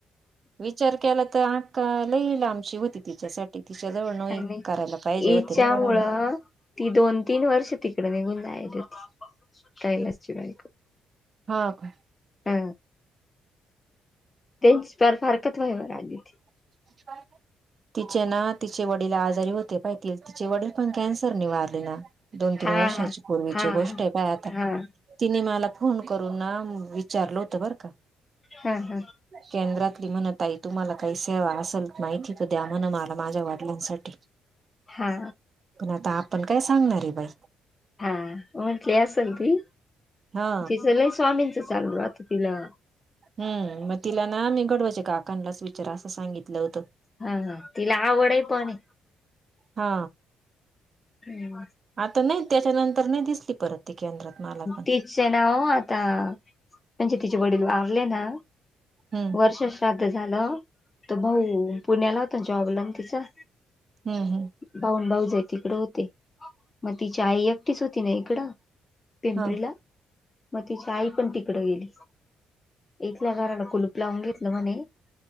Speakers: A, on the right; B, on the left.
A: विचार केला तर आट का लई लांबची होती तिच्यासाठी तिच्या जवळ नोही
B: आणि
A: करायला पाहिजे
B: हिच्यामुळं
A: होते ना गऱ्हाणे.
B: ती दोन तीन वर्ष तिकडं निघून जाईली होती कैलासची बायको.
A: हा काय
B: ह तेच फार फारकत व्हायवर आली ती
A: <unintelligible> तिचे ना तिचे वडील आजारी होते पाह्य ती तिचे वडील पण कॅन्सरने वारले ना दोन तीन
B: हां,
A: वर्षाची पूर्वीची
B: हां.
A: गोष्ट
B: हां, हां.
A: आय पाह्य आता तिनी मला फोन करून ना विचारलं होतं बरं का
B: हा हा
A: केंद्रातली म्हणत ताई तुम्हाला काय सेवा असल माहिती त द्या म्हण माला माझ्या वडिलांसाठी
B: हा
A: पण आता आपण काय सांगणार ये बाई
B: हा म्हटंली असल ती
A: हा
B: तिच लय स्वामींच चालू राहत तिला
A: हम्म म तिला ना मी गडवळचे काकांलाच विचारा असं सांगितलं होतं.
B: हा हा तिला आवड ये पण ये
A: हा
B: हम्म
A: आता नाही त्याच्यानंतर नही दिसली परत ती केंद्रात मला पण
B: तिचे ना ओ आता म्हणजे तिचे वडील वारले ना
A: हम्म
B: वर्ष श्राद्ध झालं. तो भाऊ पुण्याला होता ना जॉब ला तिचा
A: हम्म हम्म
B: भाऊ नं भाऊजय तिकड होते म तिची आई एकटीच होती न इकडं पिंपरीला
A: हा
B: म तिची आई पण तिकडं गेली. इथंल्या घराला कुलूप लावून घेतलं म्हणे